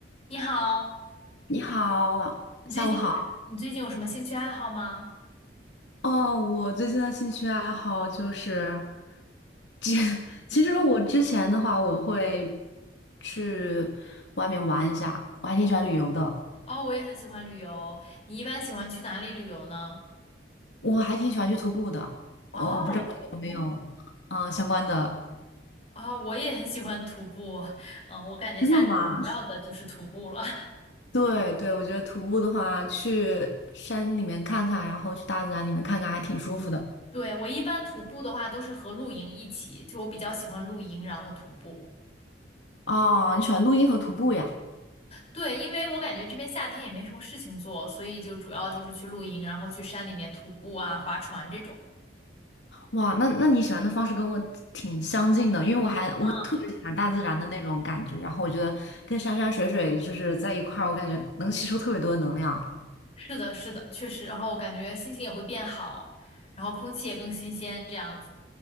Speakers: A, on the left; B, on the left.
A: 你好，
B: 你好，晚下午好。
A: 你最近有什你最近有什么兴趣爱好吗？
B: 哦，我最近的兴趣爱好就是，其 <laughs> 其实我之前的话，我会去外面玩一下，我还挺喜欢旅游的，
A: 哦，我也很喜欢旅游。你一般喜欢去哪里旅游呢？
B: 我还挺喜欢去徒步的。
A: 哦，
B: 哦，我不知道你有没有嗯、
A: 徒步。
B: 呃相关的
A: 哦，我也很喜欢徒步。嗯，我感觉夏天主要的就是徒步了。
B: <laughs>。真的吗？
A: <laughs>
B: 对对，我觉得徒步的话，去山里面看看，然后去大自然里面看看，还挺舒服的。
A: 对，我一般徒步的话都是和露营一起，就我比较喜欢露营，然后徒步。
B: 哦，你喜欢录音和徒步呀？
A: 对，因为我感觉这边夏天也没什么事情做，所以就主要就是去露营，然后去山里面徒步啊、划船这种。
B: 哇，那那你喜欢的方式跟我挺相近的，因为我还我特别喜欢大自然的那种感觉，
A: 嗯。
B: 然后我觉得跟山山水水就是在一块儿，我感觉能吸收特别多的能量。
A: 是的，是的，确实。然后我感觉心情也会变好，然后空气也更新鲜，这样子。